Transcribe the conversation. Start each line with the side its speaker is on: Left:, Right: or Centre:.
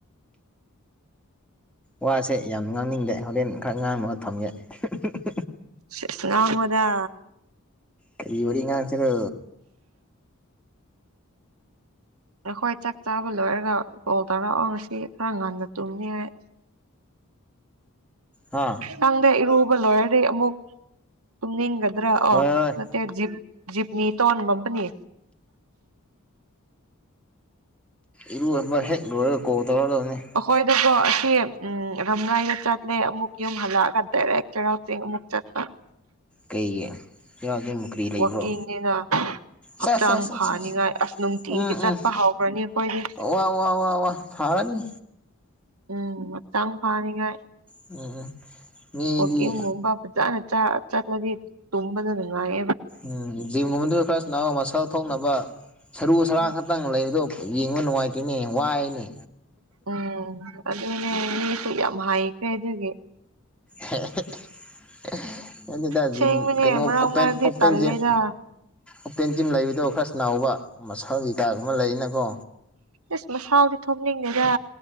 Centre: ꯋꯥꯁꯦ ꯌꯥꯝ ꯉꯥꯡꯅꯤꯡꯗꯦ ꯍꯣꯔꯦꯟ ꯈꯔ ꯉꯥꯡꯅꯕꯒ ꯊꯝꯒꯦ ꯎꯝ ꯍꯨ ꯎꯝ ꯍꯨ
Right: ꯁꯦꯁ ꯉꯥꯡꯉꯣꯗꯥ
Centre: ꯀꯔꯤ ꯋꯥꯔꯤ ꯉꯥꯡꯁꯤꯔꯣ
Right: ꯅꯈꯣꯏ ꯆꯥꯛ ꯆꯥꯕ ꯂꯣꯏꯔꯒ ꯀꯣꯜ ꯇꯧꯔꯛꯑꯣ ꯉꯁꯤ ꯈꯔ ꯉꯟꯅ ꯇꯨꯝꯅꯤ ꯍꯥꯏ
Centre: ꯍꯥ
Right: ꯈꯪꯗꯦ ꯏꯔꯨꯕ ꯂꯣꯏꯔꯗꯤ ꯑꯃꯨꯛ ꯇꯨꯝꯅꯤꯡꯒ ꯒꯗ꯭ꯔ ꯑꯣ
Centre: ꯍꯣꯏ ꯍꯣꯏ
Right: ꯅꯠꯇꯦ ꯖꯤꯞ ꯖꯞꯅꯤꯇꯣꯟ ꯕꯝꯄꯅꯤ
Centre: ꯏꯔꯨꯕ ꯍꯦꯛ ꯂꯣꯏꯔ ꯀꯣꯜ ꯇꯧꯔꯗꯕꯅꯦ
Right: ꯑꯈꯣꯏꯗꯀꯣ ꯎꯝ ꯔꯝꯔꯥꯏꯗ ꯆꯠꯂꯦ ꯑꯃꯨꯛ ꯌꯨꯝ ꯍꯜꯂꯒ ꯗꯥꯏꯔꯦꯛ ꯆꯩꯔꯥꯎ ꯆꯤꯡ ꯑꯃꯨꯛ ꯆꯠꯄ
Centre: ꯀꯩꯒꯤ ꯏꯁꯦ <unintelligible> ꯀ꯭ꯔꯤ ꯂꯩꯕ꯭ꯔꯣ
Right: ꯋꯥꯛꯀꯤꯡꯅꯤꯅ ꯍꯛꯆꯥꯡ
Centre: ꯁꯥ ꯁꯥ ꯁꯥ
Right: ꯐꯥꯅꯤꯉꯥꯏ
Centre: ꯁꯥ ꯁꯥ
Right: ꯑꯁ ꯅꯨꯡꯇꯤꯒꯤ
Centre: ꯎꯝ
Right: ꯆꯠꯄ
Centre: ꯎꯝ
Right: ꯍꯧꯈ꯭ꯔꯅꯤ ꯑꯩꯈꯣꯏꯗꯤ
Centre: ꯋꯥ ꯋꯥ ꯋꯥ ꯋꯥ ꯍꯅꯤ
Right: ꯎꯝ ꯍꯛꯆꯥꯡ ꯐꯅꯤꯉꯥꯏ
Centre: ꯎꯝ ꯎꯝ ꯃꯤꯗꯤ
Right: ꯋꯥꯛꯀꯤꯡꯒꯨꯝꯕ ꯐꯖꯅ ꯆ ꯆꯠꯂꯗꯤ ꯇꯨꯝꯝꯕꯗ ꯅꯨꯡꯉꯥꯏ
Centre: ꯎꯝ ꯖꯤꯝꯒꯨꯝꯕꯗꯨ ꯈꯔ ꯁꯥꯟꯅꯋꯣ ꯃꯁꯜ ꯊꯣꯛꯅꯕ ꯁꯔꯨ ꯁꯔꯥꯡ
Right: ꯎꯝ
Centre: ꯈꯛꯇꯪ ꯂꯩ ꯑꯗꯣ ꯌꯦꯡꯕ ꯅꯨꯡꯉꯥꯏꯇꯦꯅꯦ ꯋꯥꯏꯅꯦ
Right: ꯎꯝ ꯑꯗꯨꯅꯦ ꯃꯤꯁꯨ ꯌꯥꯝ ꯍꯥꯏꯈ꯭ꯔꯦ ꯑꯗꯨꯒꯤ
Centre: ꯍꯦ ꯍꯦ
Right: ꯑꯁꯦꯡꯕꯅꯦ
Centre: ꯖꯤꯝ ꯀꯩꯅꯣ
Right: ꯃꯔꯛ
Centre: ꯑꯣꯄꯦꯟ
Right: ꯃꯔꯛꯇꯤ
Centre: ꯑꯣꯄꯦꯟ
Right: ꯇꯜꯂꯦꯗ
Centre: ꯖꯤꯝ ꯑꯣꯄꯦꯟ ꯖꯤꯝ ꯂꯩꯕꯗꯣ ꯈꯔ ꯁꯅꯥꯎꯕ ꯃꯁꯜ ꯀꯩꯀꯥꯒꯨꯝꯕ ꯂꯩꯔꯤꯅꯀꯣ
Right: ꯏꯁꯁ ꯃꯁꯥꯜꯗꯤ ꯊꯣꯛꯝꯅꯤꯡꯗꯦꯖ